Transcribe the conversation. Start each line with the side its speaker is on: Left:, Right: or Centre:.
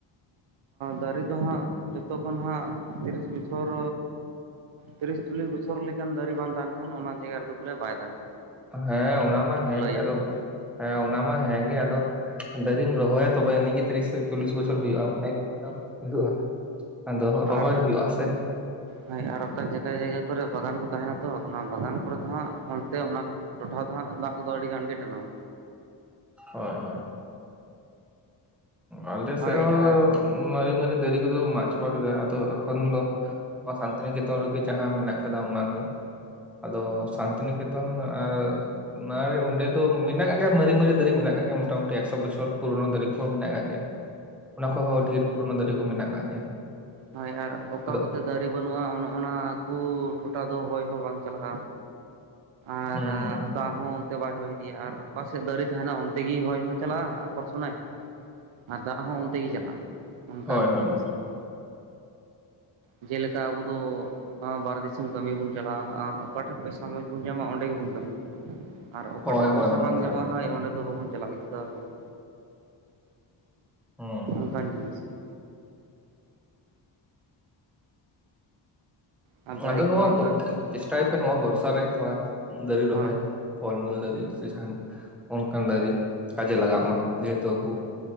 Right: ᱫᱟᱨᱮ ᱫᱚ ᱦᱟᱸᱜ ᱡᱚᱛᱚ ᱠᱷᱚᱱ ᱦᱟᱸᱜ ᱛᱤᱨᱤᱥ ᱵᱚᱪᱷᱚᱨ ᱛᱤᱨᱤᱥ ᱪᱚᱞᱞᱤᱥ ᱵᱚᱪᱷᱚᱨ ᱞᱮᱠᱟᱱ ᱫᱟᱨᱮ ᱵᱟᱝ ᱛᱟᱦᱮᱱ ᱠᱷᱟᱱ ᱚᱱᱟ ᱡᱟᱭᱜᱟ ᱨᱮᱫᱚ ᱵᱚᱞᱮ ᱵᱟᱭ ᱫᱟᱜᱟ
Centre: ᱦᱮᱸ ᱚᱱᱟ ᱢᱟ ᱦᱮᱸᱜᱮ
Right: ᱞᱟᱹᱭᱮᱫ
Centre: ᱟᱫᱚ
Right: ᱠᱟᱱ
Centre: ᱦᱮᱸ ᱚᱱᱟ ᱢᱟ ᱦᱮᱸᱜᱮ ᱟᱫᱚ ᱫᱟᱨᱮᱢ ᱨᱚᱦᱚᱭᱟ ᱛᱚᱵᱮ ᱟᱱᱤᱡ ᱜᱮ ᱛᱤᱨᱤᱥ ᱪᱚᱞᱞᱤᱥ ᱵᱚᱪᱷᱚᱨ ᱦᱩᱭᱩᱜᱼᱟ ᱫᱟ ᱪᱮᱠᱟ ᱦᱩᱭᱩᱜᱼᱟ ᱟᱫᱚ ᱨᱚᱦᱚᱭ
Right: ᱟᱨ
Centre: ᱦᱩᱭᱩᱜ ᱟ-ᱥᱮ
Right: ᱦᱳᱭ ᱟᱨ ᱚᱠᱟ ᱡᱟᱭᱟᱭ ᱡᱟᱭᱜᱟ ᱠᱚᱨᱮ ᱵᱟᱜᱟᱱ ᱠᱚ ᱛᱟᱦᱮᱱᱟ ᱛᱚ ᱚᱱᱟ ᱵᱟᱜᱟᱱ ᱠᱚᱨᱮ ᱫᱚ ᱦᱟᱸᱜ ᱚᱱᱛᱮ ᱚᱱᱟ ᱴᱚᱴᱷᱟ ᱫᱚ ᱦᱟᱸᱟᱜ ᱫᱟᱜ ᱠᱚᱫᱚ ᱟᱹᱰᱤ ᱜᱟᱱ ᱜᱮ ᱴᱟᱱᱟᱣᱟ
Centre: ᱦᱳᱭ ᱦᱳᱭ ᱟᱞᱮ
Right: ᱦᱳᱭ
Centre: ᱥᱮᱫ ᱦᱚᱸ
Right: ᱟᱨ
Centre: ᱢᱟᱨᱮ ᱢᱟᱨᱮ ᱫᱟᱨᱮ ᱠᱚᱫᱚ ᱠᱚ ᱢᱟᱜ ᱪᱟᱵᱟ ᱠᱮᱫᱟ ᱟᱫᱚ ᱮᱠᱷᱚᱱ ᱫᱚ ᱱᱚᱣᱟ ᱥᱟᱱᱛᱤᱱᱤᱠᱮᱛᱚᱱ ᱨᱮᱜᱮ ᱡᱟᱦᱟᱸ ᱢᱮᱱᱟᱜ ᱟᱠᱟᱫᱟ ᱚᱱᱟ ᱜᱮ ᱟᱫᱚ ᱥᱟᱱᱛᱤᱱᱤᱠᱮᱛᱚᱱ ᱟᱨ ᱚᱱᱟ ᱚᱸᱰᱮ ᱫᱚ ᱢᱮᱱᱟᱜ ᱟᱠᱟᱫ ᱜᱮᱭᱟ ᱢᱟᱨᱮ ᱢᱟᱨᱮ ᱫᱟᱨᱮ ᱢᱮᱱᱟᱜ ᱟᱠᱟᱫ ᱜᱮᱭᱟ ᱢᱚᱴᱟᱢᱩᱴᱤ ᱮᱠᱥᱚ ᱵᱚᱪᱷᱚᱨ ᱯᱩᱨᱚᱱᱳ ᱫᱟᱨᱮ ᱠᱚ ᱠᱚ ᱢᱮᱱᱟᱜ ᱟᱠᱟᱫ ᱜᱮᱭᱟ ᱚᱱᱟ ᱠᱷᱚᱡ ᱦᱚᱸ ᱰᱷᱮᱨ ᱯᱩᱨᱚᱱᱳ ᱫᱟᱨᱮ ᱠᱚ ᱢᱮᱱᱟᱜ ᱟᱠᱟᱫ ᱜᱮᱭᱟ
Right: ᱦᱳᱭ ᱟᱨ ᱚᱠᱟ
Centre: ᱟᱫᱚ
Right: ᱠᱚᱛᱮ ᱫᱟᱨᱮ ᱵᱟᱹᱱᱩᱜᱼᱟ ᱚᱱᱮ ᱚᱱᱟ ᱠᱚ ᱴᱷᱚᱴᱟ ᱫᱚ ᱦᱚᱭ ᱦᱚᱸ ᱵᱟᱝ ᱪᱟᱞᱟᱜᱼᱟ ᱟᱨ
Centre: ᱦᱩᱸ ᱦᱩᱸ
Right: ᱫᱟᱜ ᱦᱚᱸ ᱚᱱᱛᱮ ᱵᱟᱭ ᱦᱚᱭ ᱤᱫᱤᱭᱟ ᱟᱨ ᱚᱠᱟᱥᱮᱫ ᱫᱟᱨᱮ ᱛᱟᱦᱮᱱᱟ ᱚᱱᱛᱮ ᱜᱮ ᱦᱚᱭ ᱦᱚᱸᱭ ᱪᱟᱞᱟᱜᱼᱟ ᱟᱠᱚᱨᱥᱚᱱᱟᱭ ᱟᱨ ᱫᱟᱜ ᱦᱚᱸ ᱚᱱᱛᱮ ᱜᱮ ᱪᱟᱞᱟᱜᱼᱟ ᱚᱱᱠᱟᱱ
Centre: ᱦᱳᱭ ᱦᱳᱭ
Right: ᱡᱤᱱᱤᱥ
Centre: ᱚᱱᱠᱟ
Right: ᱠᱟᱱᱟ ᱡᱮᱞᱮᱠᱟ ᱟᱵᱚ ᱫᱚ ᱵᱟᱨᱦᱮ ᱫᱤᱥᱚᱢ ᱠᱟᱹᱢᱤ ᱵᱚᱱ ᱪᱟᱞᱟᱜᱼᱟ ᱚᱠᱟ ᱴᱷᱮᱱ ᱯᱚᱭᱥᱟ ᱢᱚᱸᱡ ᱵᱚᱱ ᱧᱟᱢᱟ ᱚᱸᱰᱮ ᱜᱮᱵᱚᱱ ᱠᱟᱹᱢᱤᱭᱟ ᱟᱨ ᱚᱠᱟᱴᱷᱟᱜ
Centre: ᱦᱳᱭ
Right: ᱯᱚᱭᱥᱟ
Centre: ᱦᱳᱭ ᱚᱱᱠᱟ
Right: ᱵᱟᱝ ᱧᱟᱢᱚᱜᱼᱟ
Centre: ᱜᱮ
Right: ᱦᱳᱭ
Centre: ᱚᱱᱠᱟ
Right: ᱚᱸᱰᱮ ᱫᱚ ᱵᱟᱵᱚᱱ ᱪᱟᱞᱟᱜ ᱜᱮᱭᱟ ᱛᱚ ᱟᱵᱚ ᱦᱚᱸ
Centre: ᱦᱩᱸ
Right: ᱚᱱᱠᱟᱱ ᱡᱤᱱᱤᱥ ᱠᱟᱱᱟ ᱟᱨ ᱫᱟᱨᱮ
Centre: ᱟᱫᱚ ᱱᱚᱭᱟ
Right: ᱵᱟᱝ
Centre: ᱠᱚ
Right: ᱛᱟᱦᱮᱱ ᱠᱷᱟᱱ
Centre: ᱪᱮᱥ ᱴᱟᱭᱤᱯᱮ ᱱᱚᱣᱟ ᱵᱚᱨᱥᱟᱨ ᱨᱮ ᱛᱷᱚᱲᱟ ᱫᱟᱨᱤ ᱨᱚᱦᱚᱭ
Right: ᱦᱳᱭ
Centre: ᱯᱷᱚᱞ ᱢᱩᱞ ᱫᱟᱨᱤ ᱥᱮ ᱡᱟᱦᱟᱱ ᱚᱱᱠᱟᱱ ᱫᱟᱨᱮ ᱠᱟᱡᱮ ᱞᱟᱜᱟᱜ ᱢᱟ ᱡᱮᱦᱮᱛᱩ ᱟᱵᱚ